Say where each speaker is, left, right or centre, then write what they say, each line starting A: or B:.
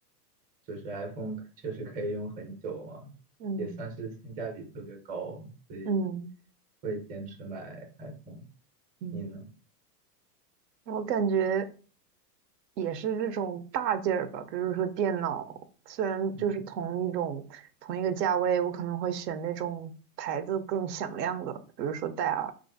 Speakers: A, on the right (about 20°); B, on the right (about 75°).
A: 就是 iPhone 确实可以用很久嘛，
B: 嗯
A: 也算是性价比特别高，所以
B: 嗯
A: 会坚持买 iPhone。
B: 嗯，
A: 你呢？
B: 我感觉。也是这种大件儿吧，比如说电脑，虽然就是同一种同一个价位，
A: 嗯
B: 我可能会选那种牌子更响亮的，比如说戴尔，